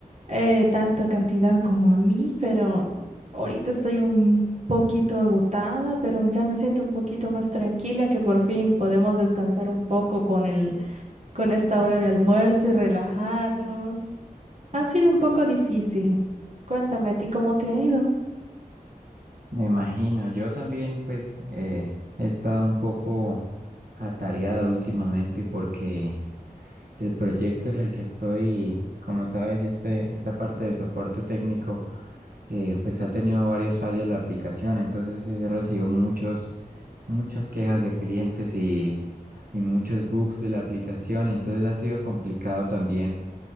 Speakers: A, on the right; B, on the right.
A: eh, tanta cantidad como a mí, pero ahorita estoy un poquito agotada, pero ya me siento un poquito más tranquila que por fin podemos descansar un poco con el, con esta hora de almuerzo y relajarnos. Ha sido un poco difícil. Cuéntame a ti cómo te ha ido.
B: Me imagino, yo también pues eh, he estado un poco atareado últimamente porque El proyecto en el que estoy, como sabes, este, esta parte de soporte técnico, eh, pues ha tenido varias fallas la aplicación, entonces he recibido muchos, muchas quejas de clientes y, y muchos bugs de la aplicación, entonces ha sido complicado también,